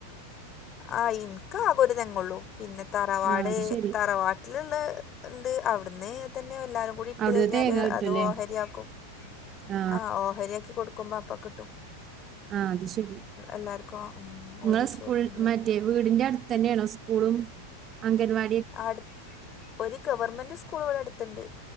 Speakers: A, on the left; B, on the right.
A: ആഹ് ഇന്ക്കാ ആകൊരു തെങ്ങോള്ളു പിന്നെ തറവാട്
B: ആ അത് ശരി
A: തറവാ ട്ടില്ള്ളെ ഇണ്ട് അവിടുന്ന് തന്നെ എല്ലാരും കൂടി ഇട്ട്
B: അവിടുന്ന്
A: കഴിഞ്ഞാല്
B: തേങ്ങ കിട്ടൂല്ലേ
A: അത് ഓഹരിയാക്കും
B: ആ
A: ആഹ് ഓഹരിയാക്കി കൊടുക്കുമ്പോ അപ്പം കി
B: ആഹ് അത് ശരി
A: എല്ലാവർക്കും
B: ഇങ്ങളെ
A: ഓരിച്ച്
B: സ്കൂൾ
A: കൊടുക്കുമ്പോഴേ
B: മറ്റേ വീട്ന്റെ അടുത്തന്നേണോ സ്കൂളും അങ്കൻവാ
A: അട് ഒരു ഗവൺമെന്റ് സ്കൂള് ഇവടെ അട്ത്ത്ണ്ട്